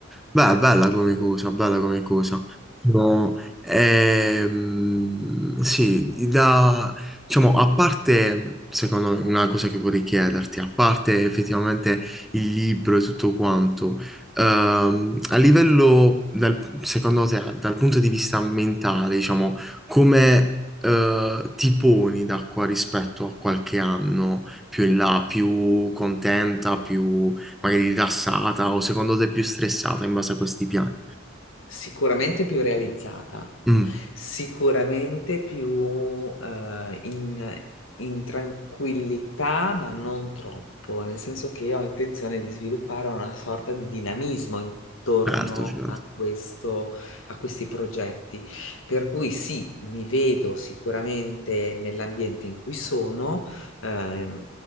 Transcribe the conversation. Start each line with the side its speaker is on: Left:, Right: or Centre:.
Centre: Beh, bella
Left: Eh.
Centre: come cosa, bella come cosa. No, ehm, sì, da, diciamo, a parte, secondo me, una cosa che vorrei chiederti, a parte effettivamente il libro e tutto quanto, ehm, a livello, dal- secondo te, dal punto di vista mentale, diciamo, come, eh, ti poni da qua rispetto a qualche anno più in là, più contenta, più magari rilassata o secondo te più stressata in base a questi piani.
Left: sicuramente più realizzata,
Centre: Mm,
Left: sicuramente più eh, in, in tranquillità, ma non troppo, nel senso che io ho intenzione di sviluppare una sorta di dinamismo intorno
Centre: certo, certo,
Left: a questo, a questi progetti. Per cui sì, mi vedo sicuramente nell'ambiente in cui sono, ehm,